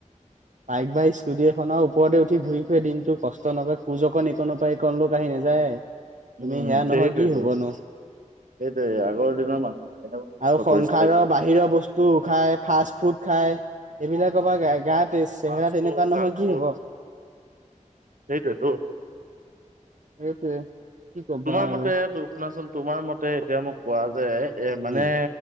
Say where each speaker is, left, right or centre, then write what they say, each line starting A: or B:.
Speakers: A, on the right; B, on the right.
A: বাইক বা স্কুটি এখনৰ ওপৰতে উঠি ঘূৰি ফুৰে দিনটো কষ্ট নকৰে, খোজ অকন এইকনৰ পৰা সেইকনলৈও খোজ কাঢ়ি নাযায়। তুমি,
B: উম
A: সেয়া
B: সেইটোৱেতো
A: নহয় কি হ'বনো?
B: সেইটোৱে আগৰ দিনৰ মানুহে কেনেকুৱা কষ্ট
A: আৰু সংসাৰৰ
B: কৰিছিলে।
A: বাহিৰৰ বস্তু খাই, ফাষ্ট ফুড খাই এইবিলাকৰ বা গ গাতে চেহেৰা
B: ফাষ্ট ফুড
A: এনেকুৱা নহৈ
B: জাংক
A: কি
B: ফুড
A: হব।
B: সেইটোৱেতো।
A: সেইটোৱে। কি ক'বা
B: তোমাৰ
A: আৰু
B: মতে তো শুনা চোন, তোমাৰ মতে এতিয়া মোক কোৱা যে এ মানে
A: উম